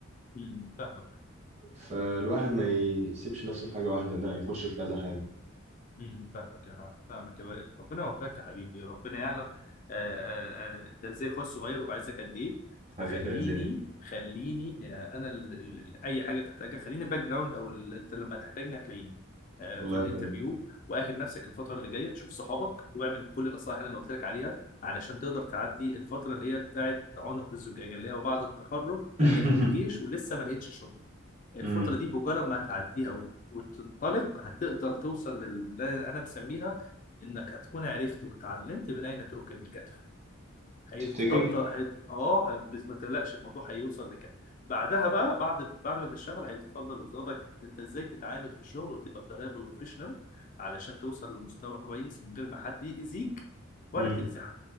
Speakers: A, on the left; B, on the right.
A: امم فاهمك
B: فالواحد ما يسيبش نفسه في حاجه واحده لا يخش في كذا حاجه
A: امم فاهمك يا فاهمك يا وائل ربنا يوفقك يا حبيبي ربنا يعلم آه، آه، آه، انت ازاي اخويا الصغير وبعزك قد ايه
B: حبيبي
A: فخليني
B: يا زين
A: خليني آه، انا ال- ال- اي حاجه تحتاجها خليني الباك جراوند او ال- انت لما تحتاجني هتلاقيني آه،
B: الله
A: في الانترفيو
B: يخليك
A: واهل نفسك الفتره اللي جايه شوف صحابك واعمل كل النصائح اللي انا قلت لك عليها علشان تقدر تعدي الفتره اللي هي بتاعت عنق الزجاجه اللي هي بعد التخرج
B: <laughs>
A: انا في الجيش ولسه ما لقيتش شغل الفترة
B: امم
A: دي بمجرد ما هتعديها و- وتنطلق هتقدر توصل للي أنا مسميها إنك هتكون عرفت وتعلمت من أين تؤكل الكتف هيتفضل
B: تفتكر
A: هيت... اه هي- بس ما تقلقش الموضوع هيوصل لكده بعدها بقى بعد بعد ما تشتغل هيتفضل قصادك ان انت ازاي تتعامل في الشغل وتبقى بطريقه بروفيشنال علشان توصل لمستوى كويس من غير ما حد يأذيك ولا
B: امم
A: تأذي حد